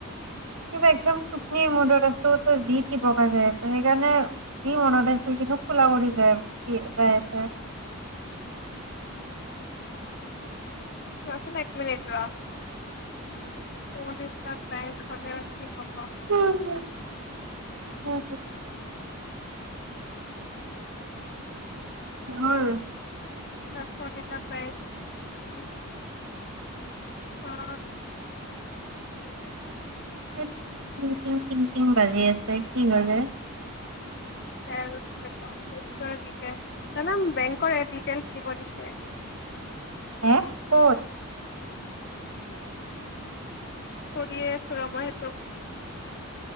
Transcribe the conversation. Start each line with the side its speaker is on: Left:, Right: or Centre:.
Right: কিবা একদম তুপনি মুডত আছো। বকা যাই আছে সেইকাৰণে দি মনত আছ কিন্তু খোলা কৰি যায় দি যাই আছে।
Left: কচোন এক মিনিট ৰ'। ত'। বেক খট আ
Right: উম উম। হয়।
Left: <unintelligible> অ'।
Right: উম। উম, উম, উম। <unintelligible>
Left: <unintelligible> তামাম বেং কৰে ডিটেইলছ দিব দিছে।
Right: হা ক'ত
Left: কৰিয়ে আছো ৰ'ব সেইটো।